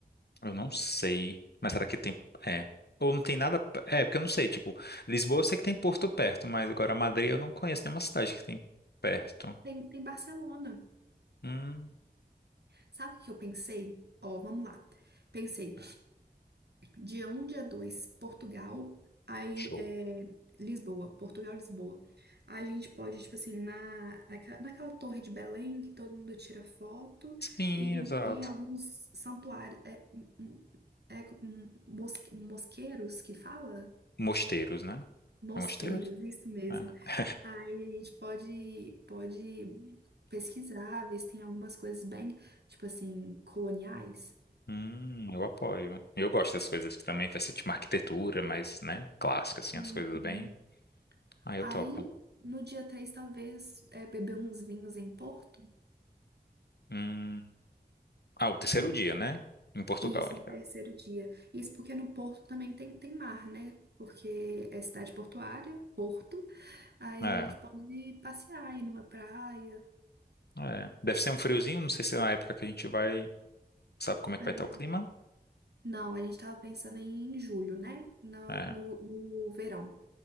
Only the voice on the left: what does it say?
eu não sei. Mas será que tem. É. Ou não tem nada. É, porque eu não sei. Tipo, Lisboa eu sei que tem Porto perto, mas agora Madrid eu não conheço nenhuma cidade que tem perto.
Hum,
show.
Sim,
exato.
Mosteiros, né?
É mosteiros?
É.
Hum, eu apoio. Eu gosto das coisas que também fazem tipo uma arquitetura, mas, né, clássica, assim,
as coisas bem. Aí
eu topo.
Hum. Ah, o terceiro
dia, né? Em Portugal
ainda.
É,
é. Deve ser um friozinho, não sei se é na época que a gente vai. Sabe como é que
vai estar o clima?
É.